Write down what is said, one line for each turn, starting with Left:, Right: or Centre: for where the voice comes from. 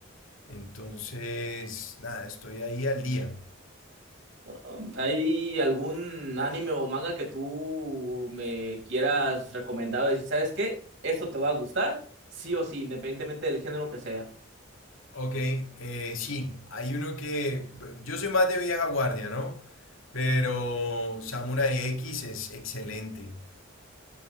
Left: Entonces, nada, estoy ahí al día.
Right: um, ¿Hay algún anime o manga que tú me quieras recomendar? O Decir, ¿sabes qué? Esto te va a gustar, sí o sí, independientemente del género que sea.
Left: Ok, eh, sí, hay uno que yo soy más de vieja guardia, ¿no? Pero Samurai X es excelente.